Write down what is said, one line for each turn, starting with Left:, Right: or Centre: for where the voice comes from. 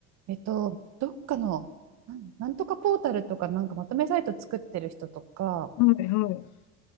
Right: えっとどっかのなんなんとかポータルとかなんかまとめサイト作ってる人とか
Left: はいはい。う